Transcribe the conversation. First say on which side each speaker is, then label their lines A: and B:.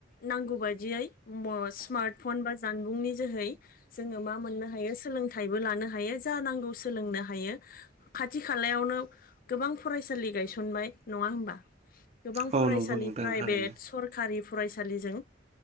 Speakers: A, on the left; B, on the right.
A: नांगौ बायदियै म-स्मार्त फन बा जानबुंनि जोहै जोङो मा मोननो हायो सोलोंथाइबो लानो हायो जा नांगौ सोलोंनो हायो खाथि खालायावनो गोबां फरायसालि गायस बाय नंआ होनबा गोबां
B: औ
A: फरायसालि
B: नंगौ नोंथां
A: फ्रायबेट
B: थारैनो
A: सरकारि फरायसालिजों